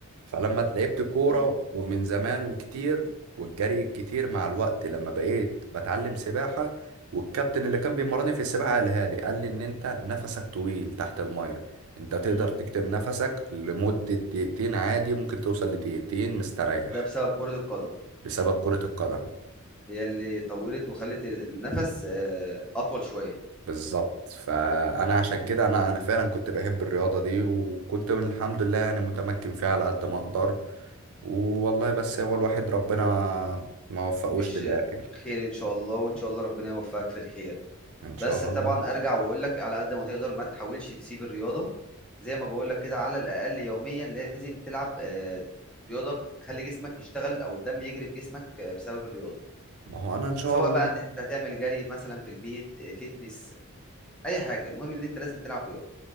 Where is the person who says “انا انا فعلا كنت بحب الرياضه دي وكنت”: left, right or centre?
Right